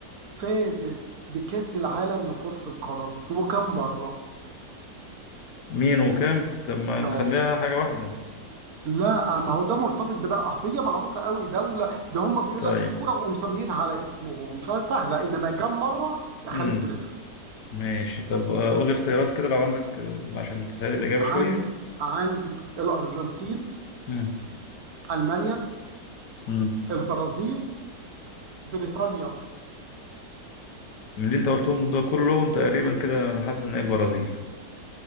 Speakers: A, on the right; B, on the left.
A: فازت بكاس العالم لكره القدم وكم مره
B: مين وكام طب ما نخليها
A: اه
B: حاجة واحدة
A: لا آه، ما هو ده مرتبط بده اصل هي معروفه قوي دوله ده هم بيقول
B: طيب
A: لك الكوره ومسمينها على اسمهم فسهله انما كم مره اخليك
B: امم
A: تلف
B: ماشي طب آه، قول لي اختيارات كده لو عندك آه، عشان تسهل الإجابة
A: عندي
B: شوية
A: عندي الارجنتين
B: امم
A: المانيا
B: امم
A: البرازيل بريطانيا
B: من اللي أنت قلتهم ده كلهم تقريبا كده أنا حاسس إن هي البرازيل